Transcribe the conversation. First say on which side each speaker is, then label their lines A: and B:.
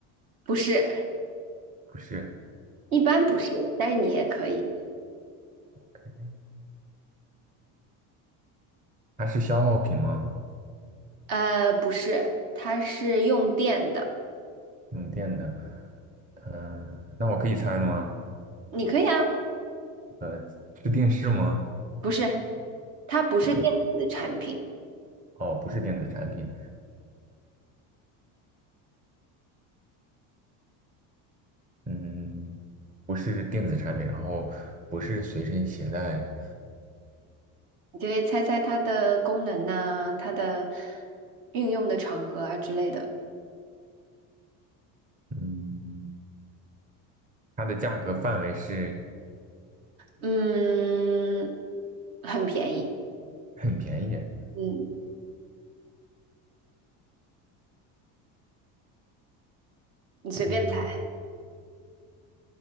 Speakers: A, on the right; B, on the right.
A: 不是，
B: 不是
A: 一般不是，但是你也可以。
B: ，OK，它是消耗品吗？
A: 呃，不是，它是用电的，
B: 用电的，嗯、那我可以猜了吗？
A: 你可以啊。
B: 呃，是电视吗？
A: 不是，它不是电子产品，
B: 不是电视，哦，不是电子产品，嗯，不是电子产品，然后不是随身携带的，
A: 你就可以猜猜它的功能呐、它的运用的场合啊之类的。
B: 嗯，它的价格范围是
A: 嗯，很便宜。
B: 很便宜，
A: 嗯，你随便猜。
B: 嗯，